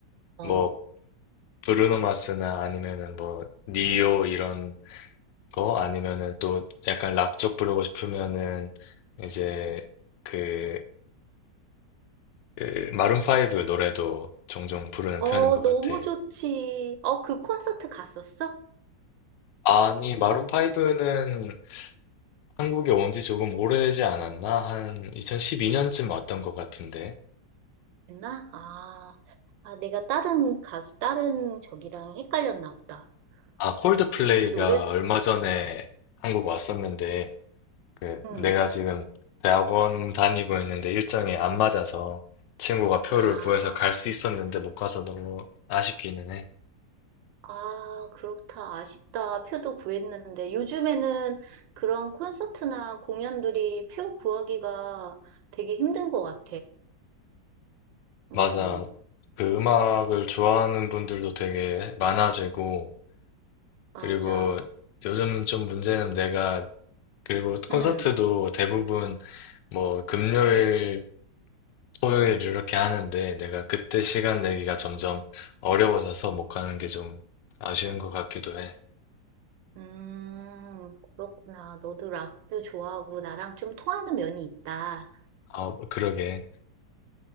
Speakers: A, on the right (about 85°); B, on the left (about 80°).
A: 어.
B: 뭐, 브루노 마스나 아니면은 뭐, 니오 이런 거 아니면은 또 약간 락 쪽 부르고 싶으면은 이제 그, 그 마룬 파이브 노래도 종종 부르는
A: 어,
B: 편인 것
A: 너무
B: 같아.
A: 좋지. 어, 그 콘서트 갔었어?
B: 아니, 마룬 파이브는 한국에 온 지 조금 오래지 않았나? 한 2012년쯤 왔던 것 같은데.
A: 했나? 아, 아, 내가 다른 가수, 다른 저기랑 헷갈렸나 보다.
B: 아, 콜드플레이가
A: 음, 그 노래도,
B: 얼마 전에 한국 왔었는데, 그,
A: 음.
B: 내가 지금 대학원 다니고 있는데 일정이 안 맞아서 친구가 표를
A: 아,
B: 구해서 갈 수 있었는데 못 가서 너무 아쉽기는 해.
A: 아, 그렇다. 아쉽다. 표도 구했는데. 요즘에는 그런 콘서트나 공연들이 표 구하기가 되게 힘든 것 같아. 음,
B: 맞아. 그 음악을 좋아하는 분들도 되게 많아지고,
A: 맞아.
B: 그리고 요즘 좀 문제는 내가, 그리고 콘서트도
A: 음.
B: 대부분 뭐 금요일 토요일 이렇게 하는데 내가 그때 시간 내기가 점점 어려워져서 못 가는 게 좀 아쉬운 것 같기도 해.
A: 음, 그렇구나. 너도 락도 좋아하고 나랑 좀 통하는 면이 있다.
B: 아, 그러게.